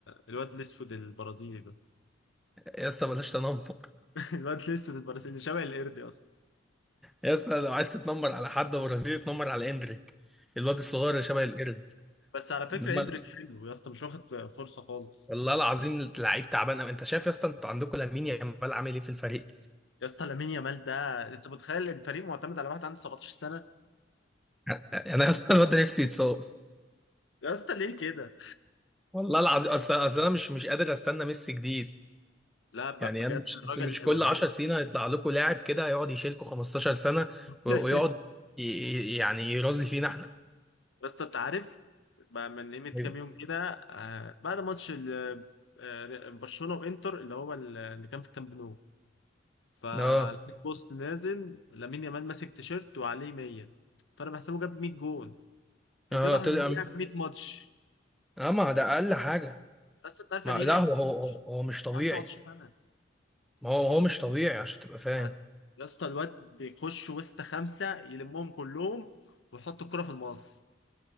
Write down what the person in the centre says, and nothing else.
يا اسطى بلاش تنمر
يا اسطى لو عايز تتنمر على حد برازيلي اتنمر على اندريك الواد الصغير اللي شبه القرد
انما
ال-
والله العظيم لعيب تعبان أوي. انت شايف يا اسطى انتوا عندكم لامين يامال عامل ايه في الفريق
<laughs> انا يا اسطى الواد ده نفسي يتصاب
والله العظيم اصل أصل انا مش مش قادر استنى ميسي جديد
يعني
انا مش
مش
كل
10 سنين هيطلع لكم لاعب كده هيقعد يشيلكم 15 سنه
و- ويقعد ي- ي- يعني يرازي فينا احنا
ايوه
اه
اه طلع
اه ما ده اقل حاجه
ما
لا
هو
هو
هو هو مش طبيعي
ما هو هو مش طبيعي عشان تبقى فاهم